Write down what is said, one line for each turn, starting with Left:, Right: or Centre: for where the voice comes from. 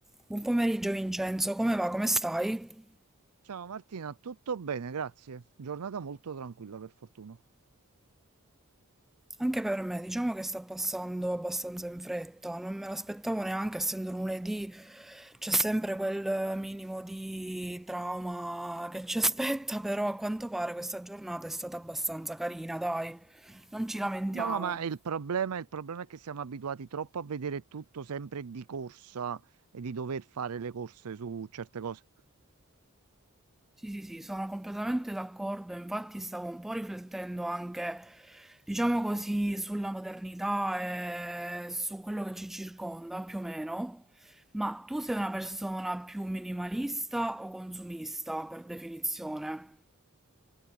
Centre: Buon pomeriggio Vincenzo, come va? Come stai?
Right: Ciao Martina, tutto bene, grazie. Giornata molto tranquilla per fortuna.
Centre: Anche per me, diciamo che sta passando abbastanza in fretta, non me l'aspettavo neanche, essendo lunedì c'è sempre quel minimo di trauma che ci aspetta, però a quanto pare questa giornata è stata abbastanza carina, dai, non ci lamentiamo.
Right: No, no, ma il problema, il problema è che siamo abituati troppo a vedere tutto sempre di corsa e di dover fare le corse su certe cose.
Centre: Sì, sì, sì, sono completamente d'accordo, infatti stavo un po' riflettendo anche, diciamo così, sulla modernità e su quello che ci circonda, più o meno, ma tu sei una persona più minimalista o consumista, per definizione?